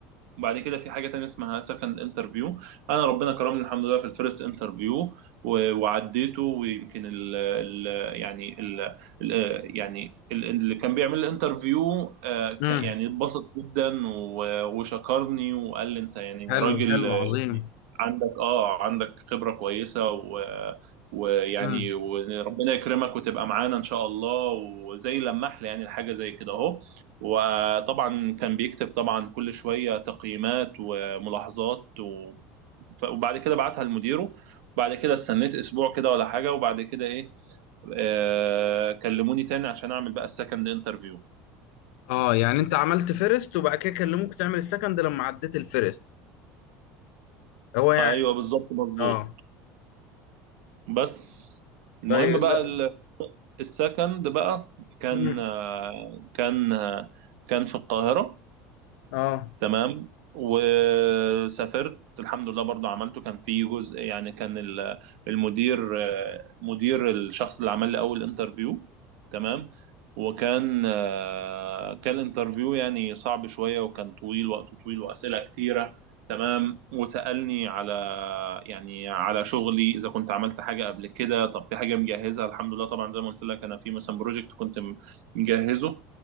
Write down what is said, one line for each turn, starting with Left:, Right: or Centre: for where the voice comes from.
Right: وبعد كده في حاجة تانية اسمها سكند انترفيو انا ربنا كرمني الحمد لله في الفيرست انترفيو وعديته ويمكن ال ال يعني ال ال يعني ال اللي كان بيعمل لي انترفيو آه، كان-
Left: امم
Right: يعني اتبسط جدا و- وشكرني وقال لي انت يعني
Left: حلو
Right: راجل
Left: حلو
Right: آه، يعني
Left: عظيم
Right: عندك اه عندك خبرة كويسة و ويعني
Left: امم
Right: وربنا يكرمك وتبقى معانا ان شاء الله وزي لمح لي يعني الحاجه زي كده اهو وطبعا كان بيكتب طبعا كل شويه تقييمات وملاحظات و- ف- وبعد كده بعتها لمديره وبعد كده استنيت اسبوع كده ولا حاجه وبعد كده ايه آه كلموني تاني عشان اعمل بقى السكند انترفيو
Left: اه يعني انت عملت فيرست وبعد كده كلموك تعمل السكند لما عديت الفيرست هو يعني
Right: ايوه بالظبط مظبوط
Left: اه
Right: بس المهم
Left: ده ي-
Right: بقى
Left: لا
Right: ال- السكند بقى كان
Left: مم.
Right: آه، كان آه، كان في القاهره
Left: اه
Right: تمام وسافرت الحمد لله برضو عملته كان في جزء يعني كان ال- المدير آه، مدير الشخص اللي عمل لي اول انترفيو تمام وكان آه، كان الانترفيو يعني صعب شوية وكان طويل وقته طويل وأسئلة كتيرة تمام وسألني على يعني على شغلي إذا كنت عملت حاجة قبل كده طب في حاجة مجهزها الحمد لله طبعا زي ما قلت لك أنا في مثلا بروجكت كنت م- مجهزه